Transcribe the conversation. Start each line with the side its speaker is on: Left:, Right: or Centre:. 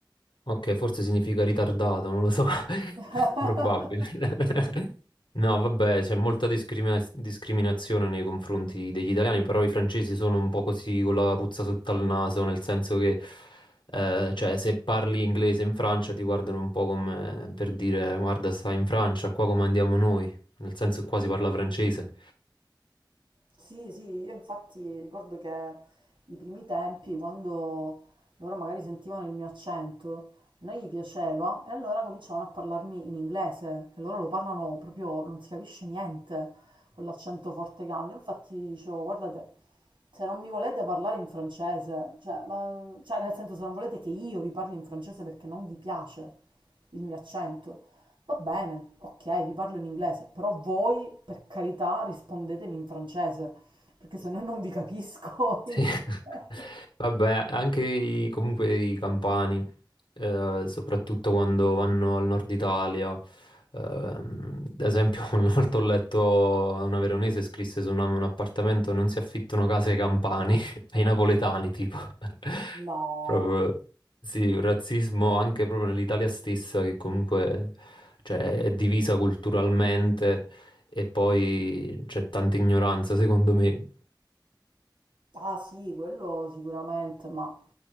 Left: Ok, forse significa ritardato, non lo so. <laughs>
Right: <laughs>
Left: Probabile. <laughs> No, vabbè, c'è molta discrimina- discriminazione nei confronti degli italiani, però i francesi sono un po' così con la puzza sotto al naso, nel senso che, eh, cioè, se parli inglese in Francia ti guardano un po' come per dire, guarda, stai in Francia, qua come andiamo noi, nel senso che qua si parla francese.
Right: Sì, sì, io infatti ricordo che i primi tempi, quando loro magari sentivano il mio accento, a noi gli piaceva e allora cominciavano a parlarmi in inglese, che loro lo parlano proprio, non si capisce niente con l'accento forte che hanno. Infatti dicevo, guardate, se non mi volete parlare in francese, cioè, ma- cioè nel senso se non volete che io vi parli in francese perché non vi piace il mio accento, Va bene, ok, vi parlo in inglese, però voi, per carità, rispondetemi in francese, perché se no non vi capisco.
Left: Sì.
Right: <laughs> in inglese.
Left: <laughs> Vabbè, anche i, comunque i campani, eh, soprattutto quando vanno al nord Italia. ehm, ad esempio, <laughs> una volta ho letto una veronese scrisse su una- un appartamento: non si affittano case ai campani, <laughs> ai napoletani, tipo. <laughs>
Right: No,
Left: Proprio sì, un razzismo anche proprio nell'Italia stessa, che comunque cioè, è divisa culturalmente e poi c'è tanta ignoranza, secondo me.
Right: ah sì, quello sicuramente, ma